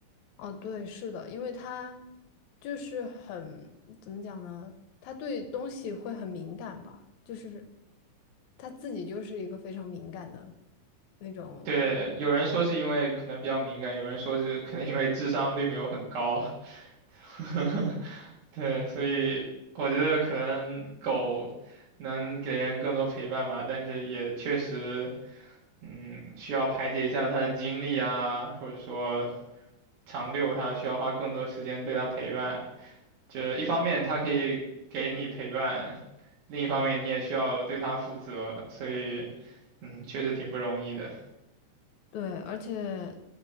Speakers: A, on the left (about 75°); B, on the right (about 75°).
A: 哦，对，是的，因为他就是很，怎么讲呢？他对东西会很敏感吧，就是他自己就是一个非常敏感的那种。
B: 对，有人说是因为可能比较敏感，有人说是可能因为智商并没有很高。<laughs> 对，所以我觉得可能狗能给人更多陪伴吧，但是也确实。嗯，需要排解一下他的精力啊，或者说长遛他需要花更多时间对他陪伴。就是一方面他可以给你陪伴，另一方面你也需要对他负责，所以嗯，确实挺不容易的。
A: 对，而且